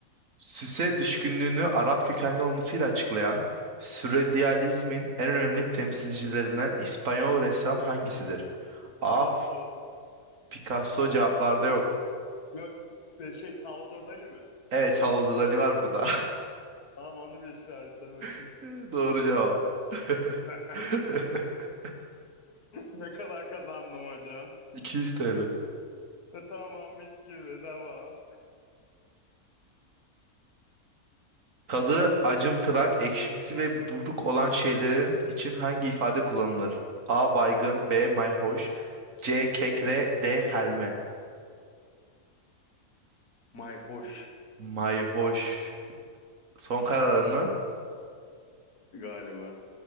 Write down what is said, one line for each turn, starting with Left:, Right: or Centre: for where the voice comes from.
Right: Süse düşkünlüğünü Arap kökenli olmasıyla açıklayan sürrealizmin en önemli temsilcilerinden İspanyol ressam hangisidir? A.
Left: Picasso.
Right: Picasso cevaplarda yok.
Left: Yok, e, şey Salvador Dali mi?
Right: Evet, Salvador Dali var burada.
Left: Tamam onu bir işaretle bakayım.
Right: <laughs> Doğru cevap.
Left: <laughs>
Right: <laughs>
Left: Ne kadar kazandım hocam?
Right: 200 TL.
Left: E, tamam mis gibi devam.
Right: Tadı acımtırak, ekşimsi ve buruk olan şeylerin için hangi ifade kullanılır? A. Baygın B. Mayhoş C. Kekre D. Helme
Left: Mayhoş
Right: Mayhoş Son kararın mı?
Left: galiba.